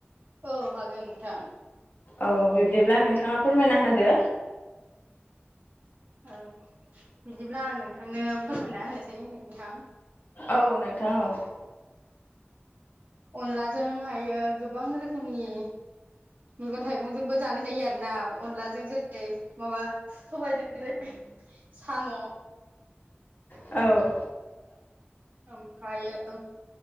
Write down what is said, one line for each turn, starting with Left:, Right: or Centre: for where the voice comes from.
Right: औ हागोन नोंथां।
Left: औ बिब्दिब्ला नोंथाङा फोरमायना होदो
Right: औ बिदिब्ला आं नोंथांनो फोरमायना होनोसै नोंथां।
Left: औ नोंथां औ
Right: अनलाजों हायो गोबां रोखोमनि मैगं थाइगंजोंबो जानाय जायो आरो ना अनलाजों जेरै माबा सबायनो साम'
Left: औ
Right: ओमफ्रायो